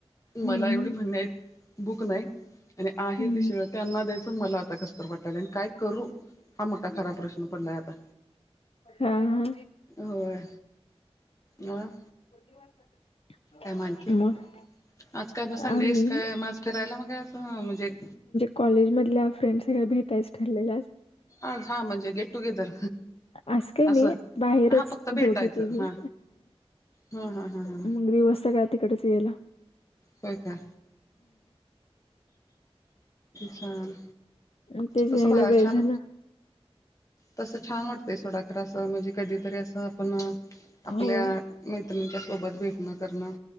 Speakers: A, on the left; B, on the left.
A: हम्म
B: मला एवढी म्हणन्या इतकी भुक नाही आणि आहे
A: हम्म
B: ते शिळं त्यांना द्यायचं मला आता कसतर वाटालय आणि काय करू हा मोठा खरा प्रश्न पडलाय आता
A: हा हा
B: होय म
A: <inaudible>
B: काय मा आणखी
A: मग
B: आज काय ब संडेस
A: आम्ही
B: काय म आज फिरायला मग असं म्हणजे
A: कॉलेज मधल्या फ्रेंडस सगळ्या भेटायचं ठरलेलं आज
B: आज हा म्हणजे गेट टुगेदर
A: अस काय
B: असं
A: नाही बाहेरच
B: हा फक्त भेटायचं
A: दोघी तिघी
B: हा हा हा हा हा
A: मग दिवस सगळा तिकडंच गेला
B: होय का छान
A: मग तेच
B: तसं
A: यायला
B: बाहेर
A: वेळ
B: छान
A: झाला
B: तस छान वाटतंय सोडा खरं असं म्हणजे कधीतरी असं आपण आपल्या
A: होय
B: मैत्रिणीच्या सोबत भेटणं करणं